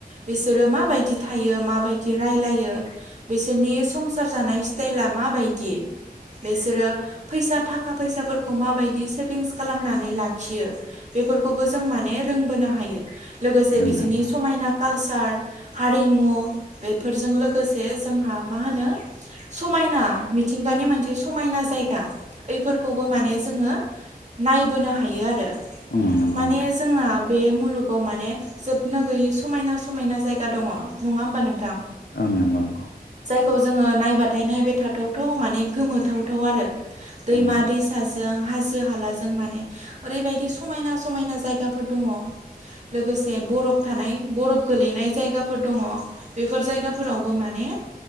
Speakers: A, on the right; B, on the left.
A: बिसोरो माबायदि थायो माय रायलायो बिसोरनि संसार जानाय स्टाइला माबायदि बेसोरो फैसा थाखा फैसाफोरखौ माबायदि सेभिंस खालामनानै लाख खियो बेफोरखौबो जों माने रोंबोनो हायो लोगोसे
B: रोंनाय
A: बिसोरनि समायना कालचार हारिमु बेफोरजों लोगोसे जोंहा मा होनो समायना मिथिंगानि मोनसे समायना जायगा फोरखौबो माने जोङो नायबोनो हायो आरो
B: ओं नंगौ
A: माने
B: नोंथां
A: जोंना। बे मुलुगाव माने जोबनो गैयि समायना समायना जायगा दङ नङा होमबा नोंथां।
B: ओं नं नगौ।
A: खौ जोङो नायबाथाय नायबाय थाथावथाव माने गोमोथावथाव आरो। दैमा
B: ओं
A: दैसाजों हाजो हालाजों माने ओरैबायदि समायना समायना जायगाफोर दङ लोगोसे बरफ थानाय बरफ गोलैनाय जायगाफोर दङ बेफोर जायगाफोरावबो माने